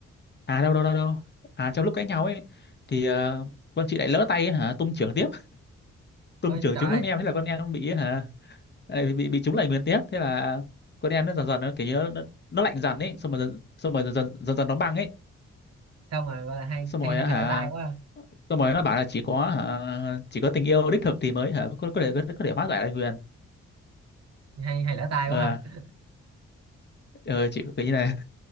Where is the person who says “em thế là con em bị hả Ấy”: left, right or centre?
Left